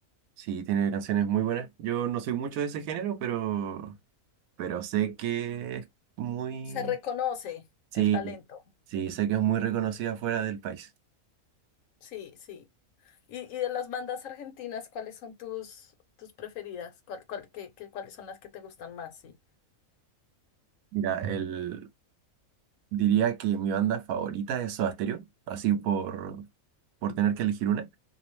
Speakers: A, on the right; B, on the left.
A: Sí, tiene canciones muy buenas. Yo no soy mucho de ese género, pero, pero sé que es muy...
B: Se reconoce
A: Sí,
B: el talento.
A: sí, sé que es muy reconocida fuera del país.
B: Sí, sí. Y, y de las bandas argentinas, ¿cuáles son tus, tus preferidas? ¿Cuál, cuál, qué, qué- cuáles son las que te gustan más? Sí.
A: Mira, el... diría que mi banda favorita es Soda Stereo, así por, por tener que elegir una.